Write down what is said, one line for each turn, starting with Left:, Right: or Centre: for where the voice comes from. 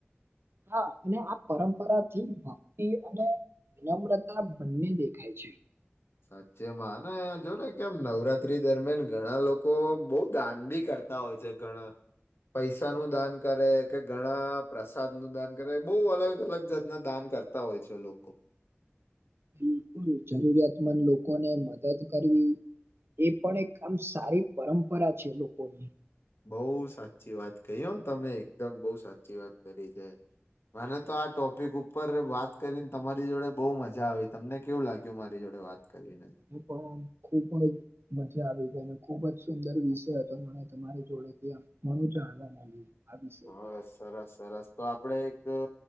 Right: હા અને આ પરંપરા થી ભક્તિ અને વિનમ્રતા બંને દેખાય છે.
Left: સાચેમાં અને જો ને કેમ નવરાત્રી દરમિયાન ઘણા લોકો બોવ દાન બી કર તા હોય છે ઘણા પૈસા નું દાન કરે કે ઘણા પ્રસાદ નું દાન કરે બો અલગ અલગ જાતના દાન કરતા હોય છે લોકો.
Right: બિલકુલ જરૂરિયાતમંદ લોકોને મદદ કરવી. એ પણ એક આમ સારી પરંપરા છે લોકોની.
Left: બઉ સાચી વાત કહી હો તમે એકદમ બઉ સાચી વાત કરી છે. મને તો આ ટોપિક ઉપર વાત કરીને તમારી જોડે બહુ મજા આવી તમને કેવું લાગ્યું મારી જોડે વાત? કરીને
Right: <unintelligible> ખુબ જ મજા આવી ગઈ અને ખુબ જ સુંદર વિષય હતો મને તમારી જોડેથી. <unintelligible>
Left: બ
Right: પર
Left: સરસ સરસ તો આપડે એક